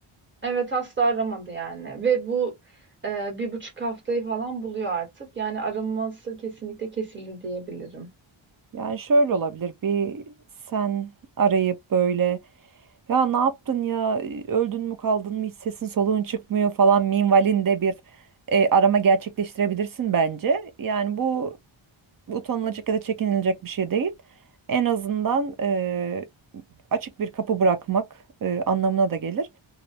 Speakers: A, on the right (about 25°); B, on the right (about 45°).
A: Evet asla aramadı yani ve bu e, bir buçuk haftayı falan buluyor artık. Yani araması kesinlikle kesildi diyebilirim.
B: Yani şöyle olabilir bir sen arayıp böyle ya ne yaptın ya öldün mü kaldın mı hiç sesin soluğun çıkmıyor falan minvalinde bir e, arama gerçekleştirebilirsin bence. Yani bu utanılacak ya da çekinilecek bir şey değil. En azından e, açık bir kapı bırakmak e, anlamına da gelir.